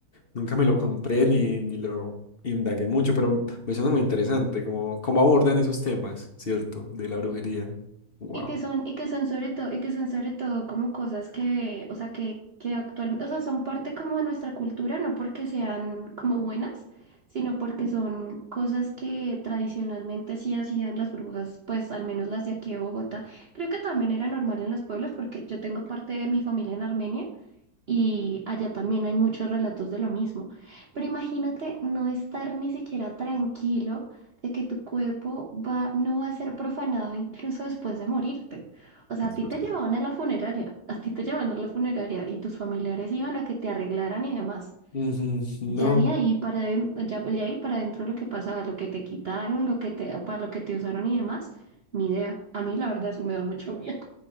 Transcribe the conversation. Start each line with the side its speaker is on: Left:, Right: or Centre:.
Left: nunca me lo compré ni, ni lo indagué mucho, pero me suena muy interesante, como, cómo abordan esos temas, ¿cierto? De la brujería. Wow.
Right: Y que son, y que son sobre todo, y que son sobre todo como cosas que, o sea, que, que actualmente, o sea, son parte como de nuestra cultura, no porque sean como buenas, sino porque son cosas que tradicionalmente sí hacían las brujas, pues al menos las de aquí de Bogotá. Creo que también era normal en los pueblos, porque yo tengo parte de mi familia en Armenia. Y allá también hay muchos relatos de lo mismo. Pero imagínate no estar ni siquiera tranquilo de que tu cuerpo va, no va a ser profanado incluso después de morirte. O sea,
Left: Es
Right: a ti
Left: verdad.
Right: te llevaban a la funeraria, a ti te llevaban a la funeraria y tus familiares iban a que te arreglaran y demás.
Left: Ujú, No.
Right: Ya de ahí para, adem- ya de ahí para adentro lo que pasaba, lo que te quitaron, lo que te, para lo que te usaron y demás, ni idea. A mí la verdad eso me da mucho miedo.